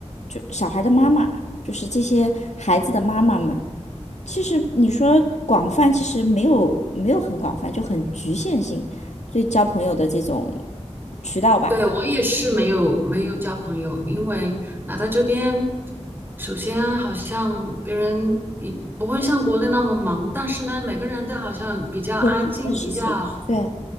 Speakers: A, on the left; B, on the right.
A: 就小孩的妈妈，就是这些孩子的妈妈们。其实你说广泛，其实没有没有很广泛，就很局限性，对交朋友的这种渠道吧，
B: 对，我也是没有没有交朋友，因为来到这边，首先好像别人也不会像国内那么忙，但是呢，每个人都好像比较安静，
A: 有自己的事情，
B: 比较
A: 对